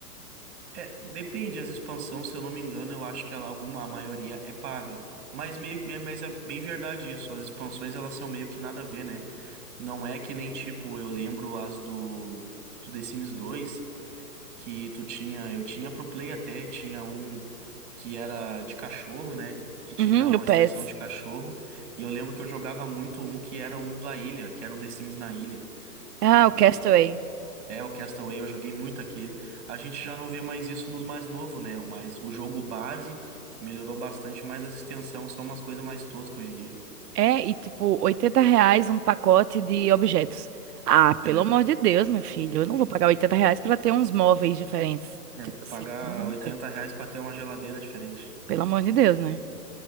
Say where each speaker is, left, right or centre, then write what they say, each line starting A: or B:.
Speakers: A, on the right; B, on the right.
A: é, depende, as expansões, se eu não me engano, eu acho que ela, alguma, a maioria é paga. Mas, meio, é- mas é bem verdade isso, as expansões elas são meio que nada a ver, né? Não é que nem tipo, eu lembro as do, do The Sims 2, que tu tinha, eu tinha pro Play até, tinha um. que era de cachorro, né? Que tinha
B: Uhum,
A: uma
B: o PES.
A: extensão de cachorro. E eu lembro que eu jogava muito um que era um da ilha, que era um The Sims na ilha,
B: Ah, o
A: né?
B: Castaway.
A: É o Castaway, eu joguei muito aquele. A gente já não vê mais isso nos mais novos, né? O mais, o jogo base melhorou bastante, mas as extensões são umas coisas mais toscas hoje em dia.
B: É, e tipo, 80 reais um pacote de objetos. Ah, pelo
A: É,
B: amor de Deus, meu filho, eu não vou
A: sim.
B: pagar 80 reais pra ter uns móveis diferentes.
A: É,
B: Tipo assim,
A: pagar
B: pelo amor
A: 80
B: de Deus.
A: reais pra ter uma geladeira diferente.
B: Pelo amor de Deus, né?